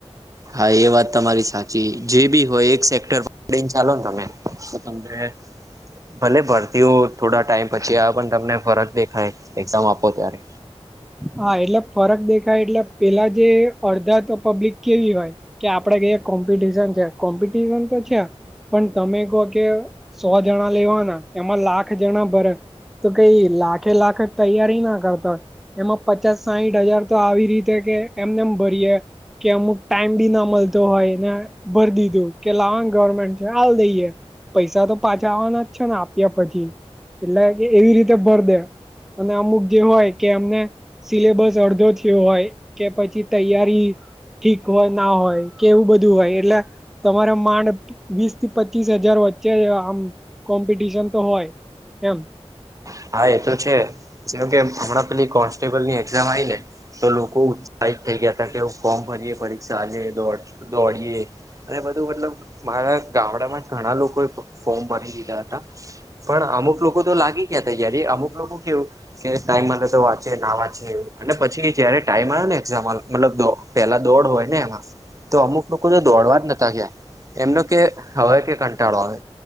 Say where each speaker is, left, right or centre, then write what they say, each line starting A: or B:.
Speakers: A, on the right; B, in the centre.
A: હા એ વાત તમારી સાચી જે બી હોય, એક સેક્ટર ડીન ચાલો ને તમે <unintelligible> ભલે ભરતીઓ થોડા ટાઈમ પછી આવે પણ તમને ફરજ દેખાય એક્ઝામ આપો ત્યારે.
B: હા, એટલે ફરક દેખાય એટલે પેલા જે અડધા તો પબ્લિક કેવી હોય કે આપડે કઈએ કોમ્પિટશન છે, કોમ્પિટિશન તો છે. પણ તમે કહો કે સો જણા લેવાના એમાં લાખ જણા ભરે તો કઈ લાખે લાખ તૈયારી ના કરતા હોય એમાં પચાસ સાયીઠ હજાર, તો આવી રીતે કે એમનેમ ભરીએે કે અમુક ટાઈમ બી ના મળતો હોય ને ભર દીધું કે લાવ ગવર્મેન્ટ છે. હાલ દઈએ પૈસા તો પાછા આવવાના જ છે ને આપ્યા પછી એટલે ક એવી રીતે ભર દે અને અમુક જે હોય કે અમને સિલેબસ અડધો થીયો હોય કે પછી તૈયારી ઠીક હોય ના હોય, કે એવું બધું હોય એટલે તમારે માંડ વીસ થી પચીસ હજાર વચ્ચે ય આમ કોમ્પિટિશન તો હોય, એમ
A: હા એ તો છે. જેમ કે હમણાં પેલી કોન ટેબલની એક્ઝામ આઇલે તો લોકો ઉત્સાહિત થઈ ગયા હતા, કે ફોર્મ ભરીએ ભરી સાજે દોડ દોડીએ અને બધું મતલબ મારા ગામડામાં જ ઘણા લોકોએ ફોર્મ ભરી દીધા હતા. પણ અમુક લોકો તો લાગી ગયા તા જયારે અમુક લોકો કેવું કે ટાઈમ માટે તો વાંચે ના વાંચે એવું અને પછી. જયારે ટાઈમ આવે ને એઝામ આલ મતલબ દો પેલા દોડ હોય ને એમાં તો અમુક લોકો તો દોડવા જ નતા ગયા એમનો કે હવે કે કંટાળો આવે